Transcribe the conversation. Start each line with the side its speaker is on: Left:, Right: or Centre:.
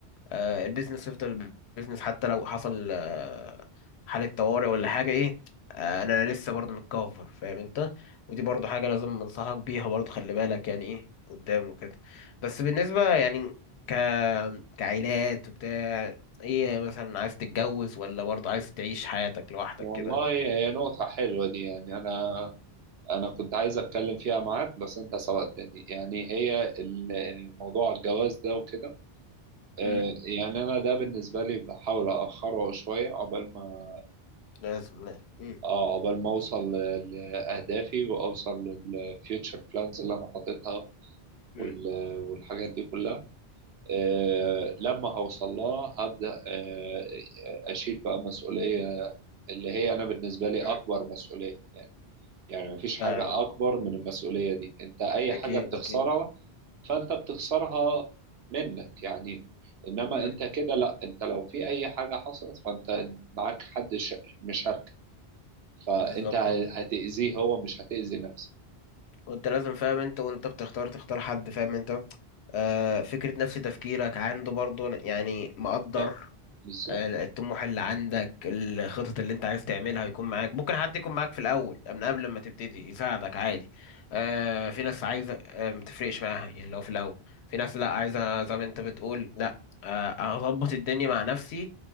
Left: آه، البيزنس يفضل بيزنس حتى لو حصل آه، حالة طوارئ ولا حاجة إيه آه، أنا لسه برضه متكفر فاهم أنت ودي برضه حاجة لازم أنصحك بيها برضه خلي بالك يعني إيه قدام وكده بس بالنسبة يعني ك كعائلات وبتاع إيه مثلا عايز تتجوز ولا برضه عايز تعيش حياتك لوحدك
Right: والله
Left: كده
Right: هي نقطة حلوة دي يعني أنا أنا كنت عايز أتكلم فيها معاك بس أنت سبقتني يعني هي ال- الموضوع الجواز ده وكده آه،
Left: مم.
Right: يعني أنا ده بالنسبة لي بحاول أأخره شوية عقبال ما
Left: لازم لا مم.
Right: آه عقبال ما أوصل ل- لأهدافي وأوصل للفيوتشر بلانز اللي أنا حاططها
Left: مم.
Right: وال- والحاجات دي كلها آه، لما هوصل لها هبدأ آه، أشيل بقى مسؤولية اللي هي أنا بالنسبة لي أكبر
Left: مم.
Right: مسؤولية يعني مفيش حاجة
Left: آه،
Right: أكبر من المسؤولية دي أنت أي
Left: اكيد
Right: حاجة بتخسرها
Left: اكيد
Right: فأنت بتخسرها منك يعني إنما
Left: مم.
Right: أنت كده لأ أنت لو في أي حاجة حصلت فأنت معاك حد ش- مشاركك فأنت
Left: بالظبط
Right: ه-
Left: آه.
Right: هتأذيه هو مش هتأذي نفسك
Left: وانت لازم فاهم انت وانت بتختار تختار حد فاهم انت آه، فكرة نفس تفكيرك عنده برضه يعني مقدر
Right: بالظبط بالظبط
Left: آه، الطموح اللي عندك الخطط اللي انت عايز تعملها هيكون معاك ممكن حد يكون معاك في الاول من قبل ما تبتدي يساعدك عادي آه في ناس عايزه آه ما تفرقش معاها يعني لو في الاول في ناس لا عايزه زي ما انت بتقول لا آه اظبط الدنيا مع نفسي